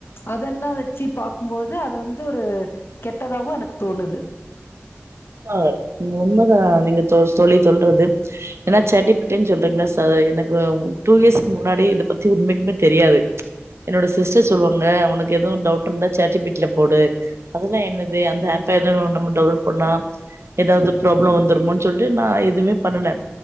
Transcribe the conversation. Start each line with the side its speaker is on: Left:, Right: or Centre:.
Left: அதெல்லாம் வச்சு பாக்கும்போது அது வந்து ஒரு கெட்டதாவும் எனக்கு தோணுது
Right: ஆ உண்மதான் நீங்க தோ தோழி சொல்றது ஏன்னா சாட்டீபிட்டீனு சொல்றீங்ளா சா எனக்கு டூ இயர்ஸ் முன்னாடி இத பத்தி உண்மைக்குமே தெரியாது என்னோட சிஸ்டர் சொல்லுவாங்க உனக்கு எதுவும் டவுட் இருந்தா சாட் ஜி பீ டி ல போடு அதெல்லாம் என்னது அந்த ஆப்ப எதுவும் நம்ம டவுன்லோட் பண்ணா ஏதாவது ப்ராப்ளம் வந்துருமோன்னு சொல்லிட்டு நா எதுவுமே பண்ணலேன்